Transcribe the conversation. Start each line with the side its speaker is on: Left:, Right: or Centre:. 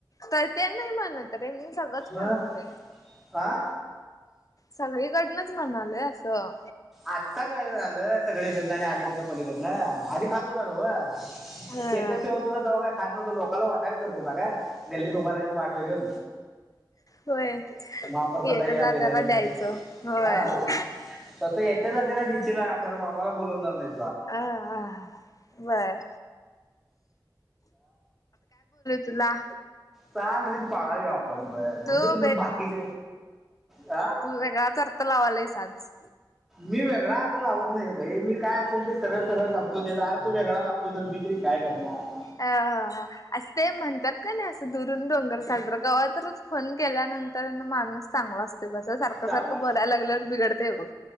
Left: तरं ते नाहीं म्हणतं रे मी सगळंचं
Centre: हा?
Left: म्हणलं.
Centre: हा?
Left: सगळी ईकडनंच म्हणांलेय असं.
Centre: आत्तां गं झालं सगळीकडनं आणि अलीकडनं पलीकडनं आधी खातं होतां नं
Left: ह
Centre: तेेतचं शेवंत होतां ते कायं खातं नव्हतं. लोकांला वाटयलां करतं होतां. कां गल्लीत उंभार वाटंगतं
Left: होयं
Centre: महाप्रसादा
Left: हे
Centre: या
Left: तरं जातालां
Centre: बिर्याणीला
Left: द्यायचं होयं.
Centre: हा तसं येत्यां जांते नां दिशलां खंरा आम्हांला बोलणारं नाहीं.
Left: आह आह बरं तुला
Centre: चांल रीत पाळांवी आपणं. बरं बरं म्हणंजे
Left: तू
Centre: तुझं पाकीट अं
Left: तूं वेगळांचं अर्थ लावंला आहे. सांज
Centre: मी वेगळां अर्थ लावतं नाहीं कां भाई मी कायं असेल ते सरळं सरळं सांगतो ते यांचा अर्थ वेगळां लागतो. ते तरं मी तरी कायं करणारं
Left: अ. हां. हं. असं ते म्हणतांत की नाहीं असं दुरूंन डोंगरं सांजर केवां तरचं फोन केल्यानंतर माणूंस चांगला असतो. ते बसं सारखं सारखं
Centre: चांगला
Left: सारखं बोलायलां लागल्यांवर बिघडते. हो